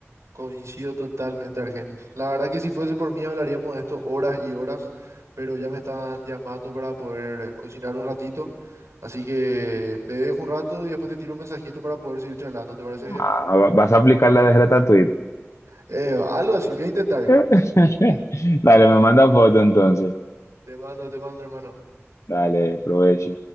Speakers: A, on the right; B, on the left.
A: Coincido totalmente, Argenis. La verdad que si fuese por mí hablaríamos de esto horas y horas, pero ya me están llamando para poder eh, cocinar un ratito. Así que te dejo un rato y después te tiro un mensajito para poder seguir charlando. ¿Te parece bien?
B: Ah, ¿vas a aplicar la de Ratatouille?
A: Eh, algo así, voy a intentar.
B: <laughs> Dale, me manda foto entonces.
A: Te mando, te mando, hermano.
B: Dale, provecho.